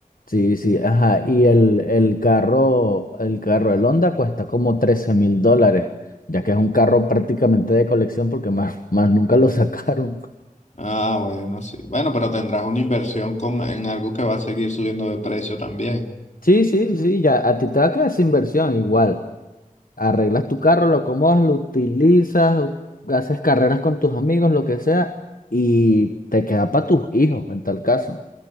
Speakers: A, on the left; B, on the left.
A: Sí, sí, ajá. Y el, el carro, el carro, el Honda cuesta como trece mil dólares, ya que es un carro prácticamente de colección porque más, <laughs> más nunca lo sacaron.
B: Ah, bueno, sí. Bueno, pero tendrás una inversión con, en algo que va a seguir subiendo de precio también.
A: Sí, sí, sí, ya a ti te va a quedar esa inversión igual. Arreglas tu carro, lo acomodas, lo utilizas, haces carreras con tus amigos, lo que sea, y te queda para tus hijos en tal caso.